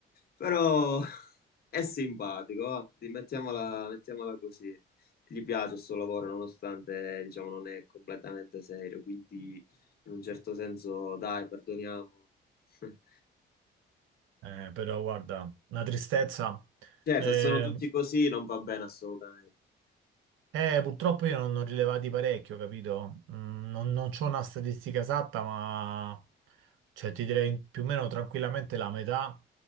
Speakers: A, on the left (about 50°); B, on the right (about 85°).
A: però <laughs> è simpatico, va, di- mettiamola mettiamola così gli piace il suo lavoro nonostante, diciamo, non è completamente serio, quindi in un certo senso, dai, perdoniamolo. <laughs>
B: Eh, però guarda, una tristezza.
A: Certo,
B: Eh,
A: se sono tutti così non va bene assolutamente.
B: Eh, purtroppo io non ne ho rilevati parecchio, capito? Mm, non non c'ho una statistica esatta, ma cioè, ti direi più o meno tranquillamente la metà